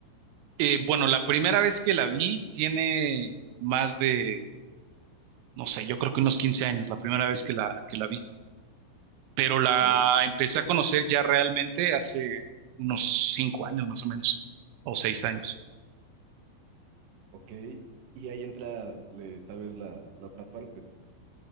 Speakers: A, on the right (about 85°); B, on the right (about 65°).
A: Eh, bueno, la primera vez que la vi tiene más de, no sé, yo creo que unos 15 años, la primera vez que la, que la vi, pero la
B: Ok,
A: empecé a conocer ya realmente hace unos 5 años más o menos, o seis años.
B: ok. Y ahí entra le- tal vez la, la otra parte.